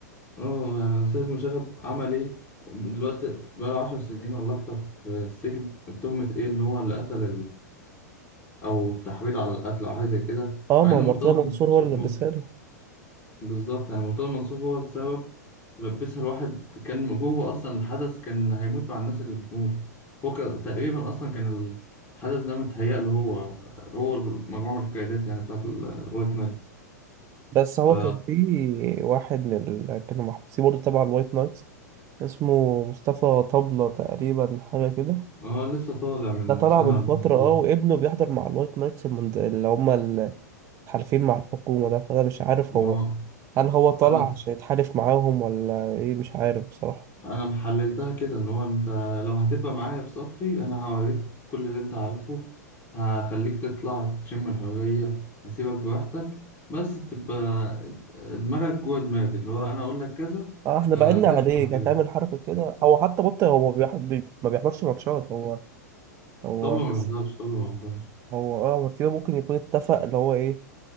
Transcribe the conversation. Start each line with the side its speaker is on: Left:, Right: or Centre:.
Left: اه يعني سيد مشرف عمل ايه دلوقتي بقاله عشر سنين ولا اكتر في السجن بتهمة ايه ان هو اللي قتل او التحويض على القتل او حاجه زي كده
Right: اه
Left: مع
Right: ما
Left: ان
Right: هو
Left: مرتضى
Right: مرتضى منصور
Left: منصور
Right: هو اللي لبسها
Left: م-
Right: له
Left: بالظبط يعني مرتضى منصور هو السبب لبسها الواحد كان جوه اصلا الحدث كان هيموت مع الناس اللي بتموت هو كان تقريبا اصلا كان ال- الحدث ده متهيأ له هو هو مجموعه من القيادات يعني بتاعت الوايت نايت
Right: بس هو
Left: ف
Right: كان في واحد من ال... كانوا محبوسين برضه تبع الوايت نايتس اسمه مصطفى طبلة تقريبا حاجة كده
Left: اه لسه طالع من
Right: ده طلع
Left: سنه
Right: من
Left: ولا
Right: فترة
Left: من
Right: اه
Left: إيه.
Right: وابنه بيحضر مع الوايت نايتس المند- اللي هما الحالفين مع الحكومة ده فأنا مش عارف
Left: ما
Right: هو هل هو طلع
Left: انا
Right: عشان يتحالف معاهم ولا ايه مش عارف بصراحة
Left: انا محللتها كده ان هو انت لو هتبقى معايا في صفي انا هوريك كل اللي انت عارفه هخليك تطلع تشم الحرية هسيبك براحتك بس تبقى دماغك جوه دماغي اللي هو انا اقول لك كذا
Right: اه احنا
Left: آه،
Right: بعدنا
Left: تسمع
Right: <laughs> عليه كانت
Left: كلامي
Right: تعمل حركة كده هو حتى بطل هو ما بيح- بي- ما بيحضرش ماتشات هو هو
Left: طبلة
Right: بس
Left: ما بيحضرش طبلة ما بيحضرش
Right: هو اه وكده ممكن يكون اتفق اللي هو ايه